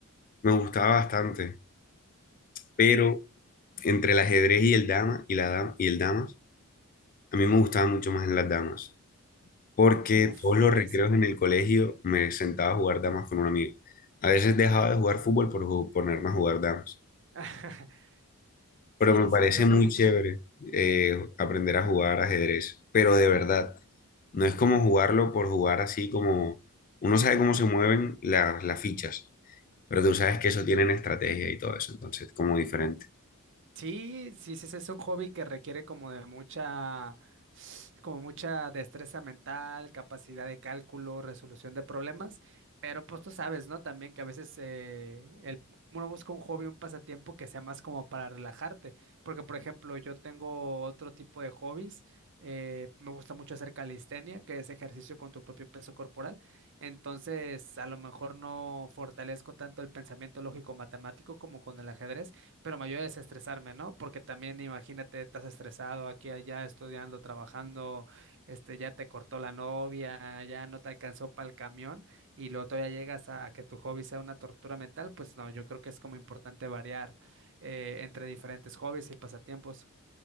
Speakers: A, on the left; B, on the right.
A: me gustaba bastante, pero entre el ajedrez y el dama y la dam- y el damas, a mí me gustaba mucho más en las damas, porque
B: Uf,
A: todos los
B: buenísimo.
A: recreos en el colegio me sentaba a jugar damas con un amigo. A veces dejaba de jugar fútbol por ju- ponerme a jugar damas.
B: <laughs> Sí,
A: Pero me parece
B: sí, sí, son
A: muy
B: buenísimos.
A: chévere eh, aprender a jugar ajedrez, pero de verdad, no es como jugarlo por jugar así como uno sabe cómo se mueven las, las fichas, pero tú sabes que eso tienen estrategia y todo eso, entonces como diferente.
B: Sí, sí, sí, sí, es un hobby que requiere como de mucha, como mucha destreza mental, capacidad de cálculo, resolución de problemas, pero pues tú sabes, ¿no? También que a veces eh, el, uno busca un hobby, un pasatiempo que sea más como para relajarte, porque por ejemplo yo tengo otro tipo de hobbies, eh, me gusta mucho hacer calistenia, que es ejercicio con tu propio peso corporal, entonces a lo mejor no fortalezco tanto el pensamiento lógico-matemático como con el ajedrez pero me ayuda a desestresarme, ¿no? Porque también imagínate, estás estresado aquí, allá, estudiando, trabajando, este, ya te cortó la novia, ya no te alcanzó para el camión y luego todavía llegas a, a que tu hobby sea una tortura mental, pues no, yo creo que es como importante variar eh, entre diferentes hobbies y pasatiempos.